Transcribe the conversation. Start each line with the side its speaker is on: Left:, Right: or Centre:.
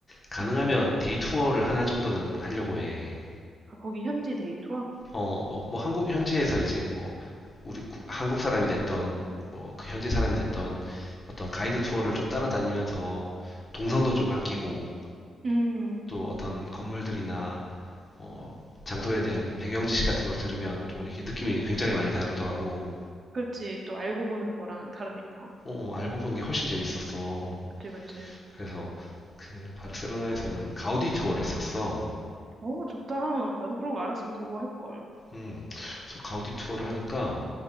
Left: 가능하면
Right: 응.
Left: 데이 투어를 하나 정도는 하려고 해.
Right: 아 거기 현지 데이트와?
Left: 어, 뭐, 뭐 한국
Right: 응.
Left: 현지에서 이제 뭐 우리 구- 한국 사람이 됐던 뭐 그 현지 사람이 됐던 어떤 가이드 투어를 좀 따라다니면서 동선도 좀 아끼고
Right: 음.
Left: 또 어떤 건물들이나 어, 장소에 대한 배경 지식 같은 걸 들으면 또 이게 느낌이 굉장히 많이 다르더라고.
Right: 그렇지 또 알고 보는 거랑 다르니까.
Left: 어, 어, 알고 본 게 훨씬 재밌었어.
Right: 그치 그치.
Left: 그래서 그 바르셀로나에서는 가우디 투어를 했었어.
Right: 어 좋다. 나도 그런 거 알았으면 그거 할 걸.
Left: 음, 그래서 가우디 투어를 하니까